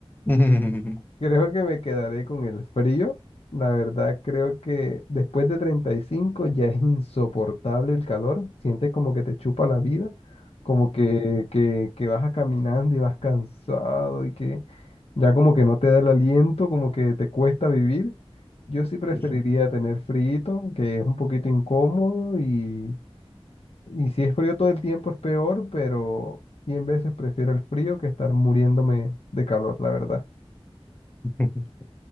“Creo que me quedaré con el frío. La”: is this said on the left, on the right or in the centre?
Left